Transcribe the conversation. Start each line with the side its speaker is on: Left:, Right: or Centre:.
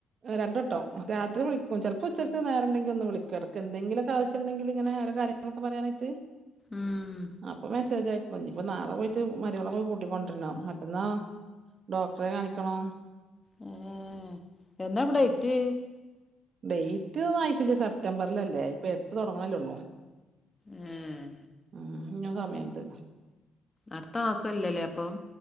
Right: രണ്ടെട്ടം രാത്രി വിളിക്കും ചെൽപ്പോ ഉച്ചക്ക് നേരണ്ടെങ്കില് ഒന്ന് വിളിക്കും എടക്ക് എന്തെങ്കിലൊക്കെ ആവശ്യണ്ടെങ്കില്ങ്ങനെ ഒരോകാര്യ ങ്ങളൊക്കെ പറയാനായിറ്റ്
Left: ഉം
Right: അപ്പൊ മെസ്സേജ് അയക്കും ഞ്ഞിപ്പോ നാളെ പോയിട്ട് മരോളേ പോയി കൂട്ടിക്കൊണ്ടരണം മറ്റന്നാ ഡോക്ടറെ കാണിക്കണം
Left: ഏഹ് എന്നാ ഡേറ്റ്
Right: ഡേറ്റ്ന്നായിട്ട് സെപ്റ്റംബർലല്ലേ ഇപ്പൊ എട്ട് തുടങ്ങണല്ലേള്ളൂ
Left: ഏഹ്
Right: ഉം ഞ്ഞും സമയണ്ട്
Left: അടുത്തമാസല്ലലേ അപ്പം